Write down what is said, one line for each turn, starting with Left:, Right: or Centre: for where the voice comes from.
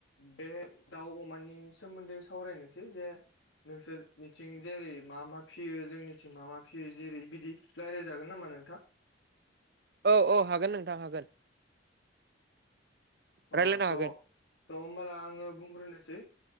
Left: बे दाउ अमानि सोमोन्दै सावरायनोसै जे नोंसोरनिथिं जेरै मा मा फियो जोंनिथिं मा मा फियो जेरै बिदि रायज्लायजागोन नामा नोंथां
Right: औ औ हागोन नोंथां हागोन
Left: अ
Right: रायलायनो
Left: थ'
Right: हागोन
Left: थ' होमबाला आङो बुंग्रोनोसै